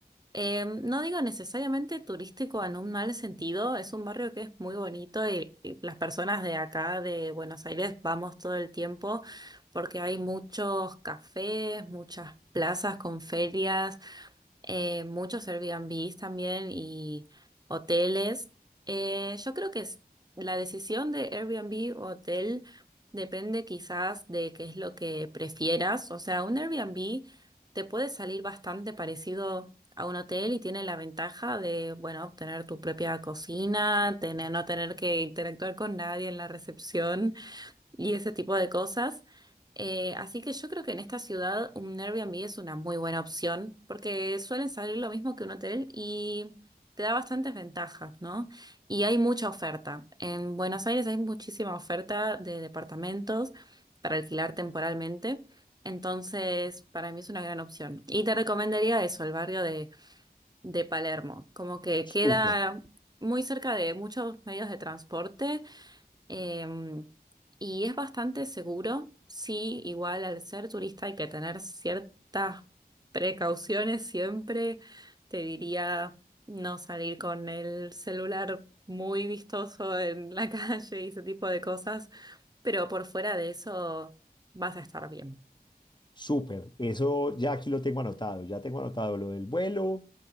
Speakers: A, on the right; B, on the left.
A: Eh, no digo necesariamente turístico en un mal sentido, es un barrio que es muy bonito y, y las personas de acá de Buenos Aires vamos todo el tiempo porque hay muchos cafés, muchas plazas con ferias, eh, muchos Airbnbs también y hoteles. Eh, yo creo que es- la decisión de Airbnb o hotel depende quizás de qué es lo que prefieras. O sea, un Airbnb te puede salir bastante parecido a un hotel y tiene la ventaja de, bueno, obtener tu propia cocina, tener, no tener que interactuar con nadie en la recepción y ese tipo de cosas. Eh, así que yo creo que en esta ciudad un Airbnb es una muy buena opción porque suelen salir lo mismo que un hotel y te da bastantes ventajas, ¿no? Y hay mucha oferta. En Buenos Aires hay muchísima oferta de departamentos para alquilar temporalmente. Entonces, para mí es una gran opción. Y te recomendaría eso, el barrio de, de Palermo. Como que queda
B: Súper.
A: muy cerca de muchos medios de transporte Em, y es bastante seguro, sí, igual al ser turista hay que tener ciertas precauciones siempre. Te diría no salir con el celular muy vistoso en la <laughs> calle y ese tipo de cosas, pero por fuera de eso vas a estar bien.
B: Súper, eso ya aquí lo tengo anotado, ya tengo anotado lo del vuelo,